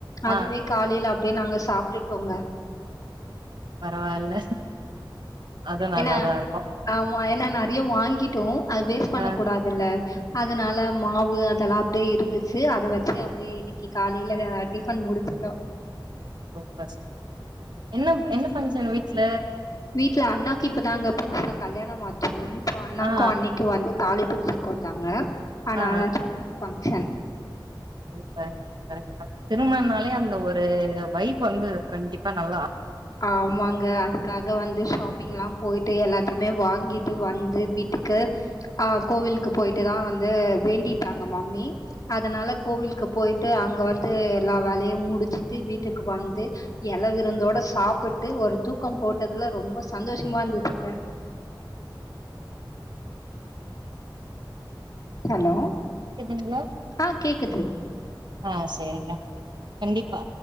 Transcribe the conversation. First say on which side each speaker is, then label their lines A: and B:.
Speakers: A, on the left; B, on the right.
A: அதுவே
B: ஆ
A: காலேல அப் டியே நாங்க சாப்ட்டுட்டோங்க
B: பரவால்ல அது நல்லாதா
A: ஏனா
B: இருக்கு
A: ஆமா ஏனா நெறைய வாங்கி ட்டோ அது வேஸ்ட் பண்ண
B: ஆ
A: கூடாதுல்ல அதனால மாவு அதெல்லாம் அப்படியே இருந்துச்சு அத வச்சு அப்படியே இன்னைக்கு காலையில டிஃபன் முடிச்சுட்டோம்
B: சூப்பர் என்ன என்ன ஃபங்க்ஷன் வீட்ல
A: வீட்டுல அண்ணாக்கு இப்பதாங்க புதுசா கல்யாணம் ஆச்சி அண்ணாக்கு
B: ஆ
A: அண்ணிக்கு வந்து தாலி பிரிச்சி கோத்தாங்க ஆனா
B: ஆ
A: அதாச் <unintelligible> ஃபங்க்ஷன்
B: <unintelligible> திருமணம்னாலே அந்த ஒரு வைப் வந்து கண்டிப்பா நல்லா
A: ஆமாங்க அதுக்காக வந்து ஷாப்பிங் எல்லாம் போயிட்டு எல்லாத்தையுமே வாங்கிட்டு வந்து வீட்டுக்கு ஆ கோவிலுக்கு போயிட்டு தான் வந்து வேண்டிட்டாங்க மம்மி அதனால கோவிலுக்கு போயிட்டு அங்க வந்து எல்லா வேலையும் முடிச்சுட்டு வீட்டுக்கு வந்து எல விருந்தோட சாப்புட்டு ஒரு தூக்கம் போட்டதுல ரொம்ப சந்தோஷமா இருந்துச்சுங்க ஹலோ
B: கேக்குதுங்களா
A: ஆ கேக்குது
B: ஆ செரிங்க கண்டிப்பா